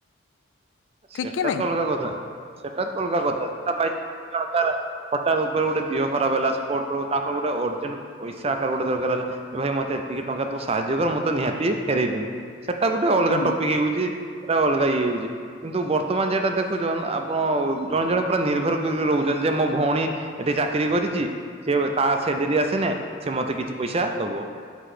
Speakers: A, on the left; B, on the right.
A: ଠିକ
B: ସେଟା
A: କି ନାଇଁ?
B: ତ ଅଲଗା କଥା ସେଟା ତ ଅଲଗା କଥା ସେଟା ବାଇଚାନ୍ସ ଯଦି ଜଣକର କଟାତ୍ ଉପେରେ ଗୋଟେ ଦିହ ଖରାପ ହେଲା ସ୍ପଟରୁ ତାଙ୍କ ଗୋଟେ ଅର୍ଜେଣ୍ଟ ପଇସା ଆକାର ଗୋଟେ ଦରକାର ହେଲା। ଏ ଭାଇ ମତେ ଏତିକି ଟଙ୍କା ତୁ ସାହାଯ୍ୟ କର ମୁଁ ତ ନିହାତି ଫେରେଇ ଦେମି। ସେଟା ଗୁଟେ ଅଲଗା
A: ହୁଁ।
B: ଟପିକ୍ ହେଉଚି ସେଟା ଅଲଗା ଇଏ ହେଉଚି। କିନ୍ତୁ ବର୍ତ୍ତମାନ ଯେଟା ଦେଖୁଚନ୍ ଆପଣ ଜଣେ ଜଣେ ପୁରା ନିର୍ଭର କରିକି ରହୁଚନ୍ ଯେ ମୋ ଭଉଣୀ ଏଠେ ଚାକିରି କରିଚି ସିଏ ବ ତା ସେଲେରୀ ଆସିନେ ସିଏ ମତେ କିଛି ପଇସା ଦବ।